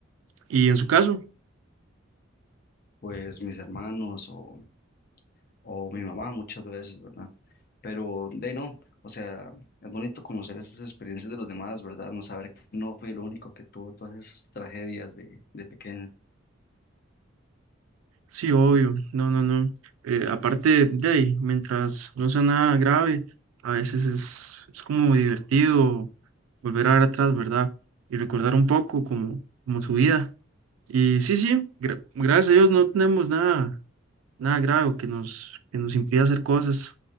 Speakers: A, on the right; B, on the left.
A: Y en su caso,
B: Pues mis hermanos o o mi mamá muchas veces, ¿verdad? Pero de ahí no, o sea, es bonito conocer esas experiencias de los demás, ¿verdad? No saber que no fui el único que tuvo todas esas tragedias de, de pequeño.
A: sí, obvio, no, no, no. Eh, aparte de ahí, mientras no sea nada grave, a veces es, es como divertido volver a ver atrás, ¿verdad? Y recordar un poco como, como su vida. Y sí, sí, gra- gracias a Dios no tenemos nada, nada grave que nos, que nos impida hacer cosas.